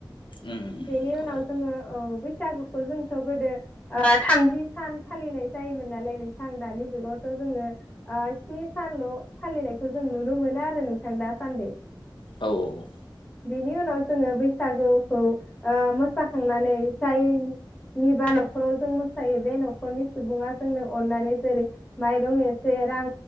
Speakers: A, on the left; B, on the left.
A: उम
B: बेनि उनाव
A: औ औ
B: जोङो औ बैसागुखौ जोंथ' गोदो आ थामजि सान फालिनाय जायोमोन नालाय नोंथां दानि जुगावथ' जोङो आ स्नि सानल' फालिनायखौ जों नुनो मोनो आरो नोंथां दा सान्दै।
A: औ औ औ
B: बिनि उनाव जोङो बैसागुखौ आ मोसाखांनानै जायनि निबा न'खराव जों मोसायो बे न'खरनि सुबुङा जोंनो अननानै जेरै माइरं एसे रां